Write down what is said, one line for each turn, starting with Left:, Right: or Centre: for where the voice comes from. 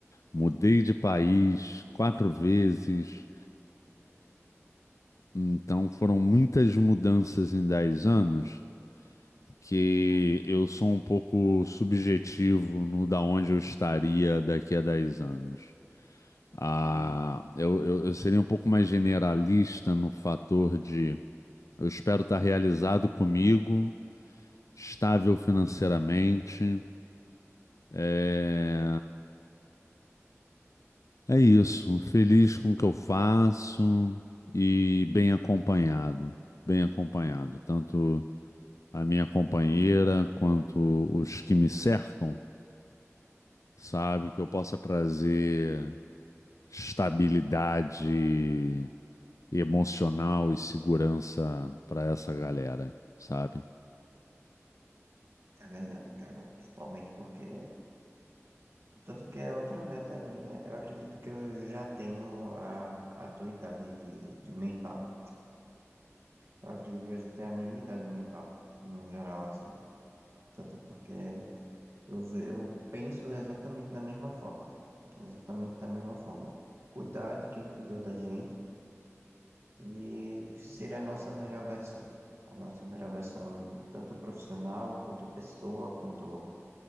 Left: mudei de país quatro vezes. Então foram muitas mudanças em 10 anos que eu sou um pouco subjetivo no da onde eu estaria daqui a 10 anos. Ah, eu, eu, eu seria um pouco mais generalista no fator de eu espero estar realizado comigo, estável financeiramente. É, é isso, feliz com o que eu faço e bem acompanhado. Bem acompanhado, tanto a minha companheira quanto os que me cercam, sabe? Que eu possa trazer estabilidade emocional e segurança para essa galera, sabe?
Right: É verdade, cara. Principalmente porque. Tanto que é outra meta minha. Eu acredito que eu já tenho a, a tua idade de, de mental. Eu acredito que a gente tem a mesma idade mental, no geral, assim. Tanto porque eu, ve- eu penso exatamente da mesma forma. Exatamente da mesma forma. Cuidar de quem cuidou da gente e ser a nossa melhor versão. A nossa melhor versão, tanto profissional, quanto pessoa, quanto